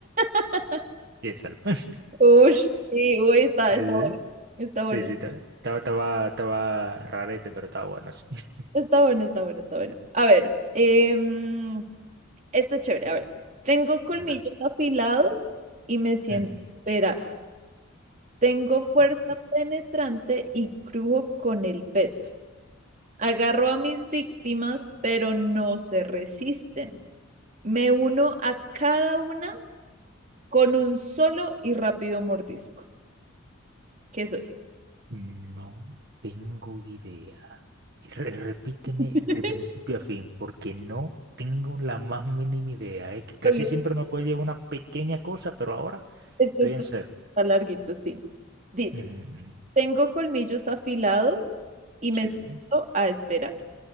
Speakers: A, on the right; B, on the right.
A: <laughs>
B: piénsalo. <laughs>
A: Uy, sí, uy, está,
B: Eh,
A: está bueno. Está
B: Sí,
A: bueno.
B: sí, ta- estaba, estaba, estaba rarete, pero estaba bueno, sí. <laughs>
A: Está bueno, está bueno, está bueno. está bueno. A ver, em, este es chévere. A ver, tengo colmillos
B: Anda.
A: afilados y me siento.
B: Ujú,
A: Espera, tengo fuerza
B: ok.
A: penetrante y crujo con el peso. Agarro a mis víctimas, pero no se resisten. Me uno a cada una con un solo y rápido mordisco. ¿Qué soy?
B: No tengo idea. Re- repíteme
A: <laughs>
B: de principio a fin, porque no tengo la más mínima idea. ¿eh? Que casi
A: Oye,
B: siempre me puede llevar una pequeña cosa, pero ahora
A: este
B: estoy
A: está
B: en cero.
A: larguito, sí. Dice,
B: Ujú, ujú.
A: tengo colmillos afilados y me
B: Sí.
A: siento a esperar.